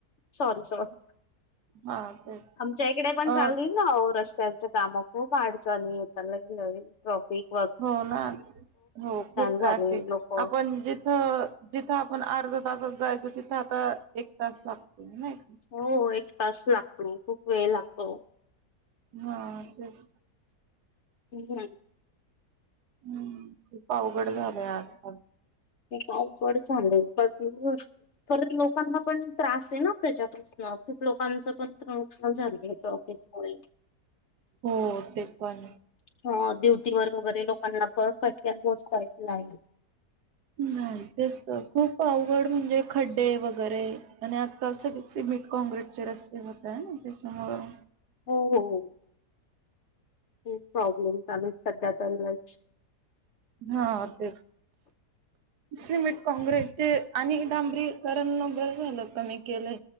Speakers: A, on the left; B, on the right.
A: सॉरी सॉरी
B: हा तेच
A: आमच्या इकडे पण चालली
B: अ
A: ना रस्ते. त्यांच काम खूप अडचणी येताना गेलं ट्रॅफिक
B: हो ना हो खूप
A: झाले
B: ट्रॅफिक
A: लोक
B: आपण जिथं जिथं आपण अर्धा तासात जायचो तिथं आता एक तास लागतो. नाही का
A: हो एक एक तास लागतो खूप वेळ लागतो.
B: हा तेच
A: हम्
B: हम्म खूप अवघड झालंय आजकाल.
A: <unintelligible> झाली प्रॉफिटमुळे
B: हो ते पण
A: हा ड्युटी व वगैरे लोकांना पण फटक्यात पोहोचयच नाही
B: नाही तेच तर खूप अवघड म्हणजे खड्डे वगैरे आणि आजकाल सगळे सिमिट कॉँक्रीटचे रस्ते होत आहे ना त्याच्यामुळ -
A: हो हो हो खूप प्रॉब्लेम चालू सध्या तर लईच.
B: हा ते सिमेंट काँग्रेसचे आणि डांबरीकरण बर झालं कमी केलंय.